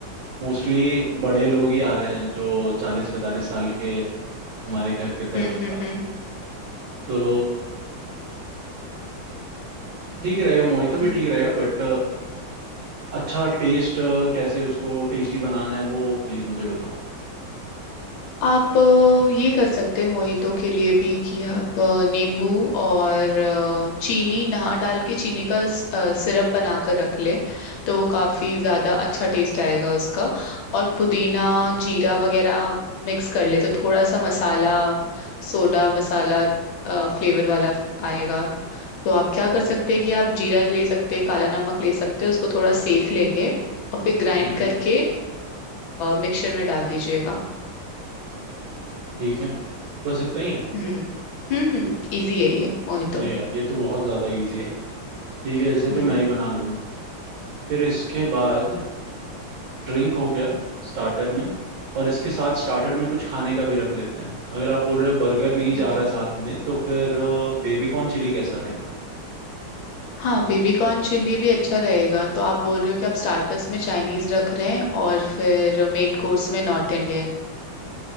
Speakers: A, on the right (about 70°); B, on the left (about 80°).
A: मोस्टली बड़े लोग ही आ रहे हैं जो चालीस पैंतालीस साल के हमारे घर के तरफ
B: हम्म हम्म
A: वाले
B: हम्म
A: तो ठीक रहेगा मोहितो भी
B: हम्म
A: ठीक रहेगा बट अच्छा टेस्ट कैसे उसको टेस्टी बनाना है वो प्लीज मुझे बताओ
B: आप अ, ये कर सकते हैं मोहितो के लिए भी कि आप अ, नींबू और अ, चीनी नहा डाल के चीनी का स- अ, सिरप बनाकर रख ले तो वो काफी ज्यादा अच्छा टेस्ट आएगा उसका और पुदीना जीरा वगैरह मिक्स कर ले तो थोड़ा सा मसाला सोडा मसाला फ्लेवर वाला फ- आएगा तो आप क्या कर सकते हैं कि आप जीरा ले सकते हैं काला नमक ले सकते हैं उसको थोड़ा सेक लेंगे और फिर ग्राइंड
A: ठीक है
B: करके मिक्सचर में डाल दीजिएगा
A: ठीक है बस इतना ही है
B: हम्म हम्म हम्म इजी है ये मोहितो
A: अरे यार ये तो बहुत ज़्यादा इजी है ठीक है इसे तो
B: हम्म
A: मैं ही बना लूंगा फिर इसके बाद ड्रिंक हो गया स्टार्टर में और इसके साथ स्टार्टर में कुछ खाने का भी रख लेते हैं अगर आप बोल रहे हो बर्गर नहीं जा
B: हम्म।
A: रहा साथ में तो फिर बेबी कॉर्न चिल्ली कैसा रहेगा
B: हाँ बेबी कॉर्न चिल्ली भी अच्छा रहेगा तो आप बोल रहे हो कि आप स्टार्टर्स में चाइनीज रख रहे हैं और फिर मेन कोर्स में नॉर्थ इंडियन